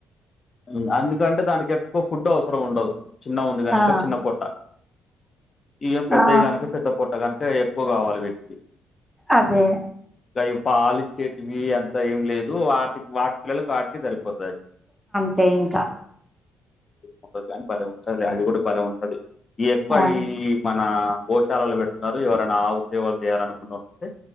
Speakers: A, on the left; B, in the centre.
A: మ్ అందుకంటే దానికి ఎక్కువ ఫుడ్ అవసరం ఉండదు. చిన్న ఉంది గనుక
B: ఆ
A: చిన్న పొట్ట. ఇగ పెద్దవి
B: ఆ
A: గనుక పెద్ద పొట్ట గను ఇంకా ఎక్కువ కావాలి వీటికి.
B: అదే
A: ఇంకా ఇవి పాలిచ్చేటివి అంత ఏం లేదు. వాటికి వాటి పిల్లలకు వాటికె సరిపోతాది.
B: అంతే ఇంకా
A: ఉంటదు కానీ భలే ఉంటది లే అవి కూడా భలే ఉంటది. ఈ ఎక్కువ
B: ఆ
A: అవి మన గోశాలలు పెట్తున్నారు. ఎవరైనా ఆవు సేవలు చేయాలనుకునేల్లు ఉంటే